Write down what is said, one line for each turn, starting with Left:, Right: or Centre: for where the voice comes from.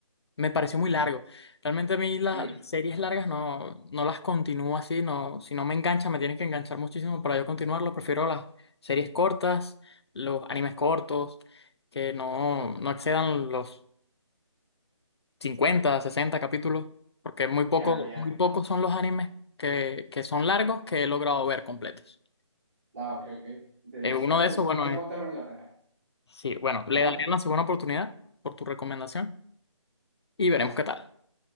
Left: Me pareció muy largo. Realmente a mí la-
Right: Mm,
Left: Sí. las series largas no, no las continúo así, no, si no me engancha, me tienen que enganchar muchísimo para yo continuarlo. Prefiero las series cortas, los animes cortos, que no, no excedan los 50 60 capítulos, porque muy poco,
Right: ya, ya, ya.
Left: muy pocos son los animes que, que son largos que he logrado ver completos.
Right: Ah, ok, ok. Este,
Left: Eh, uno
Right: ah,
Left: de
Right: pues
Left: esos, bueno,
Right: Hunter
Left: es,
Right: x Hunter vale la pena.
Left: sí, bueno, le
Right: Ajá.
Left: daré una segunda oportunidad por tu recomendación y veremos qué tal.